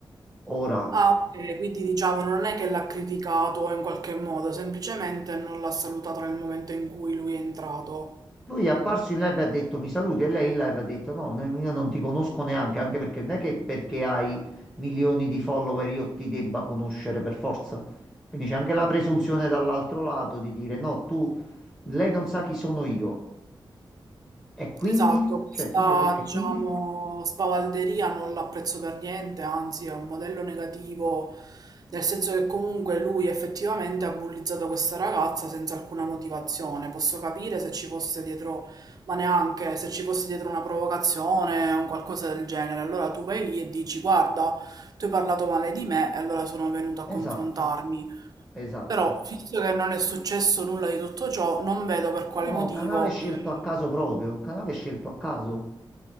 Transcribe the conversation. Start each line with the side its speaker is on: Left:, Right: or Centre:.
Centre: Ora,
Right: Ah, ok, quindi diciamo non è che l'ha criticato in qualche modo, semplicemente non l'ha salutato nel momento in cui lui è entrato.
Centre: lui è apparso in live e ha detto mi saluti e lei in live ha detto no, ne- io non ti conosco neanche, anche perché non è che perché hai milioni di follower io ti debba conoscere per forza. Quindi c'è anche la presunzione dall'altro lato di dire no, tu, lei non sa chi sono io. E quindi?
Right: Esatto, questa
Centre: Cioè, tu sei... que- E
Right: diciamo
Centre: quindi?
Right: spavalderia non l'apprezzo per niente, anzi è un modello negativo, nel senso che comunque lui effettivamente ha bullizzato questa ragazza senza alcuna motivazione. Posso capire se ci fosse dietro, ma neanche se ci fosse dietro una provocazione o un qualcosa del genere. Allora tu vai lì e dici: Guarda, tu hai parlato male di me e allora sono venuto a confrontarmi.
Centre: Esatto, esatto.
Right: Però, visto che non è successo nulla di tutto ciò, non vedo per quale
Centre: No,
Right: motivo.
Centre: canale scelto
Right: eh,
Centre: a caso proprio, canale scelto a caso.